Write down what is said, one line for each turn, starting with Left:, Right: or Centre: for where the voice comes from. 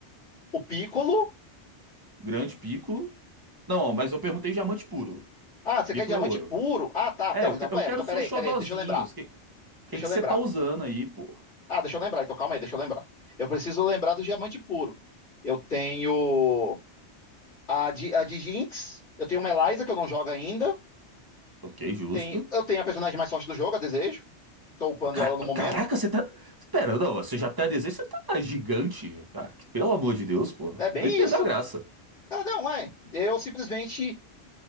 Left: o Piccolo.
Right: Grande Piccolo. Não, mas eu perguntei diamante puro.
Left: Ah, você
Right: Piccolo
Left: quer diamante
Right: é ouro.
Left: puro? Ah, tá.
Right: É,
Left: Não,
Right: eu,
Left: então
Right: que-
Left: pera,
Right: eu quero
Left: então
Right: seus
Left: pera aí,
Right: xodozinhos.
Left: pera aí, deixa eu lembrar.
Right: Que- Quem
Left: Deixa
Right: que
Left: eu
Right: você
Left: lembrar.
Right: tá usando aí, pô?
Left: Ah, deixa eu lembrar, então calma aí, deixa eu lembrar. Eu preciso lembrar do diamante puro. Eu tenho a de, a de Jinx, eu tenho uma Eliza que eu não jogo ainda.
Right: Ok, justo.
Left: Tem, eu tenho a personagem mais forte do jogo, a Desejo. Tô upando
Right: Car-
Left: ela no momento.
Right: Caraca, você tá. Pera, não, você já tá desenho, você tá gigante. Ah, que- pelo amor de Deus, pô.
Left: É bem
Right: Aí perdeu
Left: isso.
Right: a graça.
Left: Ah, não, é. Eu simplesmente